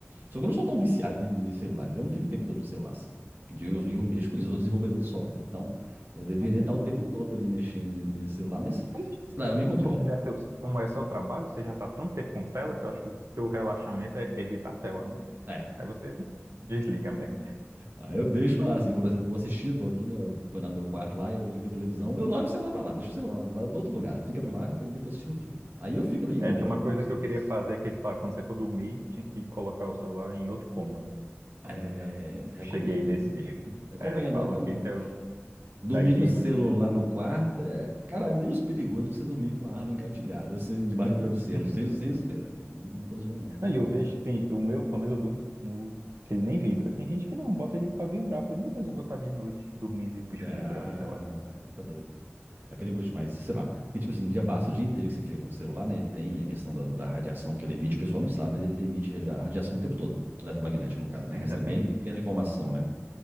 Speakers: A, on the right (about 45°); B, on the right (about 80°).
A: Só que eu não sou tão viciado em em celular, entendeu? Eu não fico o tempo todo no celular assim. E Eu,
B: <laughs>
A: eu, eu mexo com isso, eu sou desenvolvedor de software. Então, eu deveria
B: Olha
A: estar
B: que
A: o tempo
B: massa.
A: todo ali mexendo no celular, mas,
B: Mas,
A: sei lá, eu me controlo.
B: Como já é seu, como é seu trabalho, você já tá tanto tempo com tela que eu acho que o teu relaxamento é evitar a tela, né?
A: É.
B: Aí você desliga mesmo.
A: Aí eu deixo pra lá, assim, como, por exemplo, eu vou assistir, eu tô aqui, né? Eu ponho lá no meu quarto lá, eu ligo a televisão, eu largo o celular pra lá, deixo o celular lá do outro lugar, fica pra lá, que aí eu tô assistindo um filme. Aí eu fico ali
B: É,
A: uma hora,
B: tinha uma
A: duas
B: coisa que
A: horas.
B: eu queria fazer que eles falaram, quando você for dormir, tinha que colocar o celular em outro cômodo. Mas
A: É,
B: eu ainda não
A: recomendo,
B: cheguei nesse.
A: viu?
B: <laughs>
A: Recomendo,
B: É, falam
A: recomendo.
B: que esse é o
A: Dormir
B: da higiene
A: com o celular
B: do sono.
A: no quarto é, cara, é menos perigoso que você dormir com a arma engatilhada, assim, debaixo do travesseiro,
B: <laughs>
A: sem, sem zoeira. Não, não tô zoando, não, porque.
B: Não, e eu vejo que tem, o meu, pelo menos eu durmo no, que ele nem vibra. Tem gente que não, bota ele pra vibrar. Eu falei, meu Deus, eu vou estar de noite dormindo e o bicho
A: é,
B: vibrando,
A: Ah,
B: sei lá.
A: velho, você tá doido. É perigoso demais, sei lá. Porque, tipo assim, já basta o dia inteiro que você fica com o celular, né? Ele tem a questão da, da radiação que ele emite, o pessoal não sabe, mas ele tem- emite radia- radiação o tempo todo, eletromagnética, no caso, né?
B: Ainda
A: Recebendo
B: tem isso,
A: e enviando
B: né?
A: informação, né?